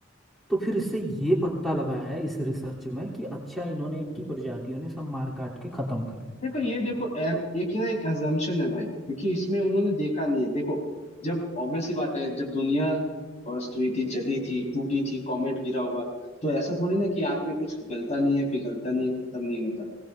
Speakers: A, in the centre; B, on the left.
A: तो फिर इससे ये पता लगाया है इस रिसर्च में कि अच्छा इन्होंने इनकी प्रजातियों ने सब मार काट के खत्म कर दी
B: देखो ये देखो एक,
A: तो
B: एक ये ना एक assumption है भाई क्योंकि इसमें उन्होंने देखा नहीं है देखो जब ऑब्वियस सी बात है जब दुनिया बस्ट हुई थी जली थी टूटी थी कॉमेट गिरा होगा तो ऐसा थोड़ी ना कि आग में कुछ गलता नहीं है पिघलता नहीं है खत्म नहीं होता